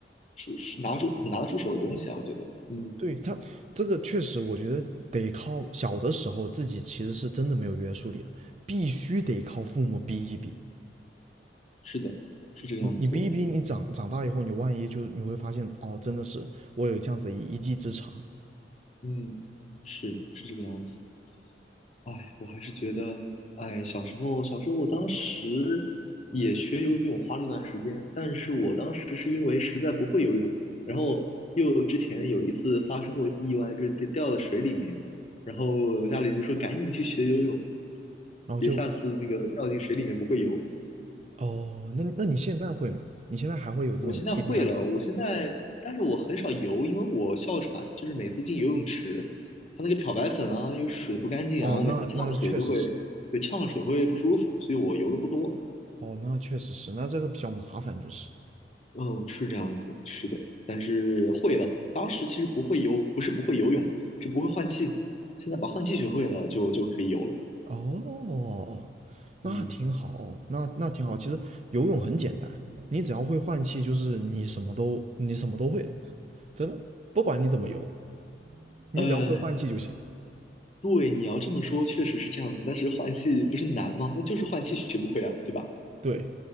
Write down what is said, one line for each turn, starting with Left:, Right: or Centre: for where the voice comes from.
Left: 是拿出很拿得出手的东西啊，我觉得，嗯，
Right: 对，他这个确实，我觉得得靠小的时候自己其实是真的没有约束力的，必须得靠父母逼一逼。
Left: 是的，是这个样子，
Right: 你你逼一逼，
Left: 我同意，
Right: 你长长大以后，你万一就你会发现，哦，真的是我有这样子一一技之长，
Left: 嗯，是是这个样子。哎，我还是觉得，哎，小时候，小时候，我当时也学游泳，花了一段时间，但是我当时是因为实在不会游泳，然后又之前有一次发生过一次意外，就是跌掉到水里面，然后我家里人就说赶紧去学游泳，
Right: 然后就
Left: 别下次那个掉进水里面不会游。
Right: 哦，那那你现在会吗？你现在还会有这种
Left: 我现在会了，
Right: PTSD？
Left: 我现在，但是我很少游，因为我哮喘，就是每次进游泳池，它那个漂白粉啊，又水不干净啊，
Right: 哦，
Left: 我每次呛了水就会，
Right: 那那确实是，
Left: 对，呛了水会不舒服，所以我游的不多。
Right: 哦，那确实是，那这个比较麻烦，就是。
Left: 嗯，是这样子，是的，但是会了。当时其实不会游，不是不会游泳，是不会换气。现在把换气学会了，就就可以游了。
Right: 哦，那挺好，
Left: 嗯
Right: 那那挺好。
Left: 嗯，
Right: 其实游泳很简单，你只要会换气，就是你什么都你什么都会了，真的，不管你怎么游，你只要会换气就行。
Left: 呃，对，你要这么说，确实是这样子。但是换气不是难吗？那就是换气学不会啊，对吧？
Right: 对，